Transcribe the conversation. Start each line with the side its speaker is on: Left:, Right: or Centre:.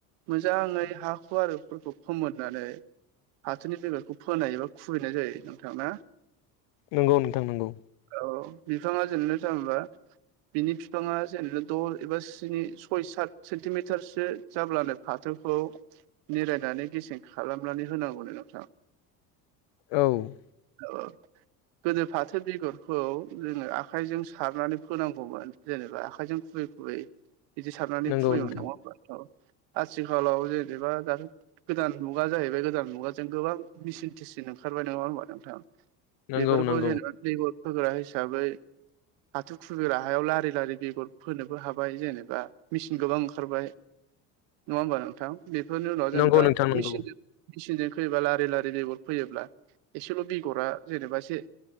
Right: मोजाङै हा खुआरुफोरखौ फोमोननानै हाथोनि बेगरखौ फोनाय एबा खुबैनाय जायो नोंथां ना
Left: नंगौ नोंथां नंगौ
Right: औ बिफाङा जेननो थांबा बिनि बिफाङा जेनेबा दस एबा स्नि सय सात सेन्टिमिटारसो जाब्लानो फाथोखौ निरायनानै गेसें खालाम नानै होनांगौनो नोंथां
Left: औ
Right: औ गोदो फाथो बेगरखौ जोङो आखाइजों सारनानै फोनांगौमोन जेनेबा आखाइजों खुबै खुबै बिदि सारनानै
Left: नंगौ
Right: खुबैयोमोन
Left: नोंथां
Right: नङा औ आथिखालाव जेनेबा दाथ' गोदान मुगा जाहैबाय बे गोदान मुगाजों गोबां मेसिन थेसिन ओंखारबाय नङा होनोमबा नोंथां
Left: नंगौ
Right: बेफोरखौ
Left: नंगौ
Right: जेनेबा बेगर फोग्रा हिसाबै फाथो खुग्रा हायाव लारि लारि बेगर फोनोबो हाबाय जेनेबा मेचिन गोबां ओंखारबाय नङा होमबा नोंथां बेफोरनि उनाव जेनेबा
Left: नंगौ नोंथां नंगौ
Right: मेचिनजों मेसिनजों फैयोबा लारि लारि बेगर फैयोब्ला एसेल' बेगरा जेनेबा एसे